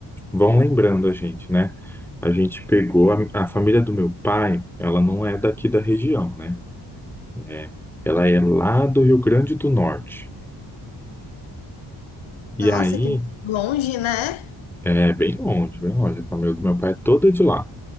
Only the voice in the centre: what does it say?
vão lembrando a gente, né? A gente pegou a, a família do meu pai, ela não é daqui da região, né? É, ela é lá do Rio Grande do Norte. E
aí,
é bem longe, bem longe. A família do meu pai é toda de lá.